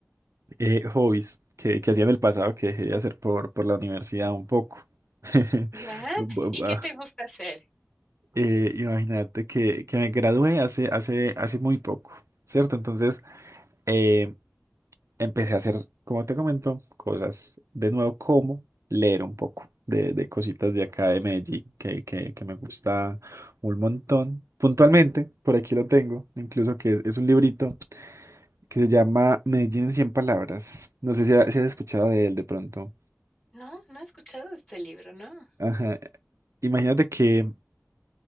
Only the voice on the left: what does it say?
¿Ya?
¿Y
qué
te gusta hacer?
No, no he escuchado de este libro, ¿no?